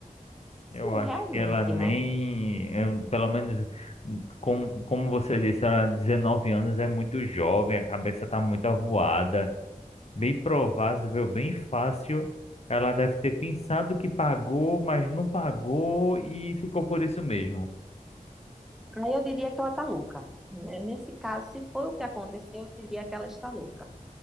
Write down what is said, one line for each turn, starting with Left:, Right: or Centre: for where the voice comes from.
Centre: Disse,
Left: Eu
Centre: Não,
Left: acho
Centre: realmente,
Left: que ela nem,
Centre: né?
Left: eu- pelo menos, como, como você disse, ela 19 anos é muito jovem, a cabeça tá muito avoada. Bem provável, bem fácil. Ela deve ter pensado que pagou, mas não pagou e ficou por isso mesmo.
Centre: Aí eu diria que ela tá louca. né? Nesse caso, se foi o que aconteceu, eu diria que ela está louca.